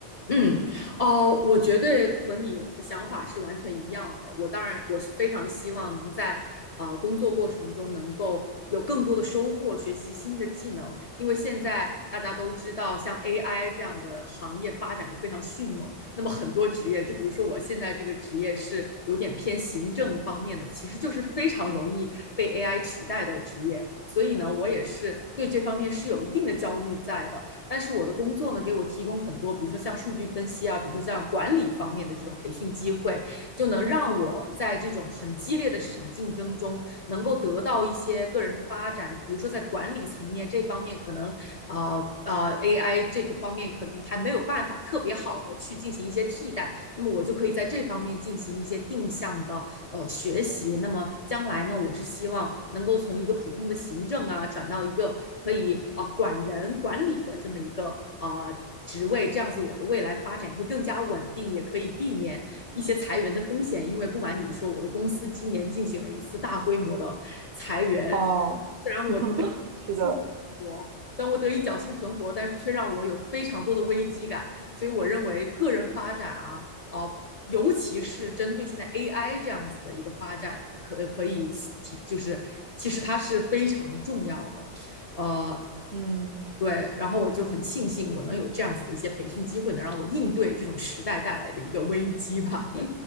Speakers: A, on the left; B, on the right.
A: 嗯，哦，我绝对和你的想法是完全一样的。我当然，我是非常希望能在呃工作过程中能够有更多的收获，学习新的技能。因为现在大家都知道，像 AI 这样的行业发展的非常迅猛，那么很多职业，就比如说我现在这个职业是有点偏行政方面的，其实就是非常容易被 AI 取代的职业。所以呢，我也是对这方面是有一定的焦虑在的。但是我的工作呢，给我提供很多，比如说像数据分析啊，比如说像管理方面的这种培训机会，就能让我在这种很激烈的市场竞争中，能够得到一些个人的发展。比如说在管理层面这方面，可能啊啊、呃呃、AI 这个方面可能还没有办法特别好的去进行一些替代，那么我就可以在这方面进行一些定向的呃学习。那么将来呢，我是希望能够从一个普通的行政啊，转到一个可以啊、呃管人管理的这么一个啊。呃职位这样子，我的未来发展会更加稳定，也可以避免一些裁员的风险。因为不瞒你说，我的公司今年进行了一次大规模的裁员，
B: 哦，
A: 虽然我得以幸活，
B: <laughs> 是的，
A: 虽然我得以侥幸存活，但是却让我有非常多的危机感。所以我认为个人发展啊，呃，尤其是针对现在 AI 这样子的一个发展，可可以提，就是其实它是非常重要的，呃，
B: 嗯。
A: 对，然后我就很庆幸我能有这样子的一些培训机会，能让我应对这种时代带来的一个危机吧。<laughs>